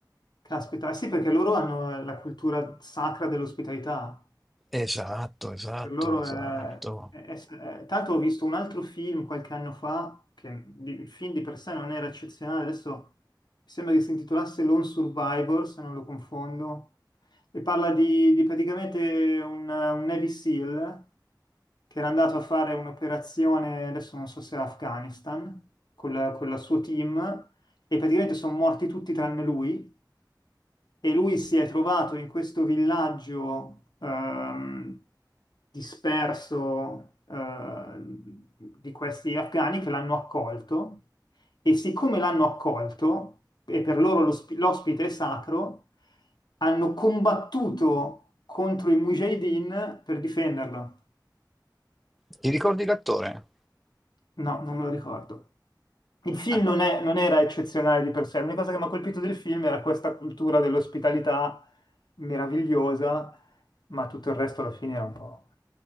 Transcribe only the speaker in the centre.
Esatto, esatto,
esatto.
Ti ricordi l'attore?
Ah.